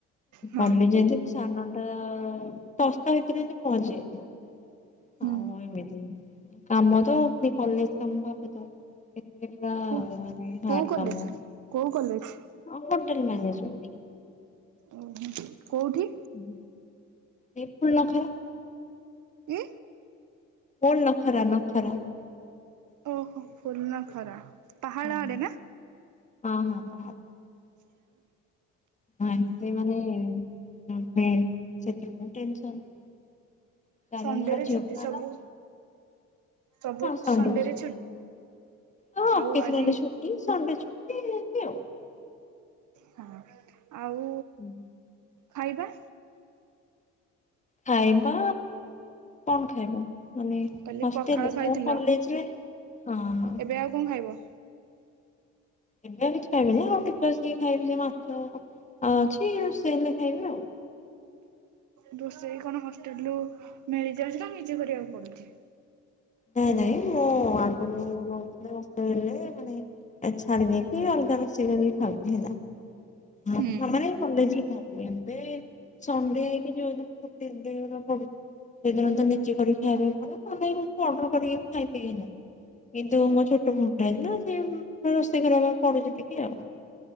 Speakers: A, on the right; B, on the left.
A: ହଁ
B: କଲି ଯଦି ସାଢ଼େ ନଅଟା ଦଶଟା ଭିତରେ ପହଞ୍ଚି ଯାଇଥିବ।
A: ହୁଁ
B: ଆଉ ଏମିତି କାମ ତ କଲେଜ୍ କାମ ଭାବୁଥିବ ଏତେ ପୁରା
A: କୁ
B: ମାନେ ହାର୍ଡ
A: କୋଉ କଲେଜ
B: କାମ।
A: କୋଉ କଲେଜ?
B: ଆ ହୋଟେଲ ମ୍ୟାନେଜମେଣ୍ଟ।
A: ଓହୋ କୋଉଠି?
B: ହୁଁ। ଏ ଫୁଲନଖରା।
A: ଉଁ।
B: ଫୁଲନଖରା ନଖରା।
A: ଓହୋ ଫୁଲନଖରା ପାହାଳ
B: ହୁଁ,
A: ଆଡ଼େ ନା?
B: ହଁ ହଁ ପାହାଳ।
A: ଆଚ୍ଛା ଆଉ
B: ହଁ ଆଣିଛି ମାନେ ଲୋନ୍ ରେ ସେଟା ବି ଟେନସନ୍। ଚାରି
A: ସଣ୍ଡେରେ
B: ଆଡେ ପା ଝିଅ
A: ଛୁଟି
B: ପିଲା
A: ସବୁ
B: ପା
A: ସବୁ
B: ହଁ ସଣ୍ଡେ
A: ସଣ୍ଡେରେ
B: ଛୁଟି ହଁ ଅକେସନ୍ୟାଲ୍
A: ଆଉ ଆଜି
B: ଛୁଟି ସଣ୍ଡେ ଛୁଟି ଏମିତି ଆଉ
A: ହଁ ଆଉ
B: ହୁଁ।
A: ଖାଇବା
B: ଖାଇବା କଣ ଖାଇବା ମାନେ
A: କହିଲି
B: ହଷ୍ଟେଲ
A: ପଖାଳ ଖାଇଥିଲ
B: ହଉ କଲେଜ ରେ ହ
A: ଏବେ ଆଉ କଣ ଖାଇବ?
B: ଏବେ ଆଉ କିଛି ଖାଇବିନି ଆଉ ଟିକେ ଆସିକି ଖାଇବି ସେ ମାଛ ଅଛି ରୋଷେଇ ହେଲେ ଖାଇବି ଆଉ
A: ରୋଷେଇ କଣ ହଷ୍ଟେଲ ରୁ ମିଳିଯାଉଛି ନା ନିଜେ କରିବାକୁ ପଡୁଛି
B: ନାଇଁ ନାଇଁ ମୁଁ ଆଗରୁ ରହୁଥିଲି ହଷ୍ଟେଲରେ ମାନେ ଆ ଛାଡ଼ିଦେଇକି ଅଲଗା ରୋଷେଇ କରିକି ଖାଉଛୁ ଏଇନା ହଁ
A: ହୁଁ।
B: ଆମର ଏ କଲେଜରେ ଖାଉଥିଲି ଏବେ ସନଣ୍ଡେ କି ଯେଉଦିନ ଛୁଟି ଏମିତି ଯୋଉରା ପଡୁଛି ସେଦିନ ତ ନିଜେ କରି ଖାଇବା ପାଇଁ ପଡେ ନହେଲେ ଏମିତି ଅର୍ଡର କରିକି ଆମେ ଖାଇପିନା କିନ୍ତୁ ମୋ ଛୋଟ ଭଉଣୀ ଟା ଅଛି ନା ସେ ରୋଷେଇ କରିବା ପାଇଁ ପଡୁଛି ଟିକେ ଆଉ